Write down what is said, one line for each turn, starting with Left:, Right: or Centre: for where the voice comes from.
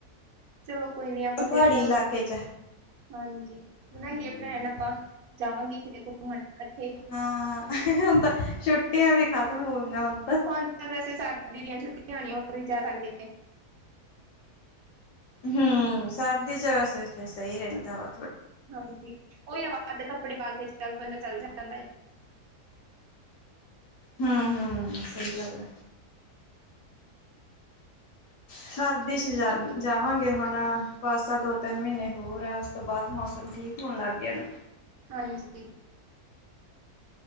Right: ਚਲੋ ਕੋਈ ਨੀ ਆਪਾਂ ਫੇਰ
Left: ਪਹਾੜੀ
Right: ਬਣਾਵਗੇੰ।
Left: ਇਲਾਕੇ ਚ
Right: ਹਾਂਜੀ ਬਣਾਈਏ
Left: ਹੂੰ
Right: ਭਲੈਣ ਆਪਾਂ ਜਾਵਾਂਗੇ ਕਿਤੇ। ਘੁੰਮਣ ਇਕੱਠੇ
Left: ਹਾਂ ਹੁਣ ਤਾਂ ਛੁੱਟੀਆਂ ਵੀ ਖਤਮ ਹੋ ਗਈਆਂ ਹ।
Right: ਹੁਣ ਤਾਂ ਵੈਸੇ ਸਰਦੀ ਦੀਆਂ ਛੁੱਟੀਆਂ ਹੋਣੀਆ ਉਦੋ ਹੀ ਜਾ ਸਕਦੇ
Left: ਹਮ ਸਰਦੀ ਚ ਵੈਸੇ ਸਹੀ ਰਹਿੰਦਾ ਵ।
Right: ਹਾਂਜੀ ਉਹੀ ਆਵਾਜ਼ ਕੱਪੜੇ ਪਾ ਕੇ ਚੱਲ ਬੰਦਾ ਚੱਲ ਜਾਣ ਦਾ।
Left: ਹਮ ਹਮ ਸਹੀ ਗੱਲ ਆ। ਸਰਦੀ ਚ ਜਾ ਜਾਵਾਂਗੇ ਹੁਣ ਬਸ ਤਾਂ ਦੋ ਤਿੰਨ ਮਹੀਨੇ ਹੋਰ ਆ। ਤੋਂ ਬਾਅਦ ਮੌਸਮ ਠੀਕ ਹੋਣ ਲੱਗ ਜਾਣਾ।
Right: ਹਾਂਜੀ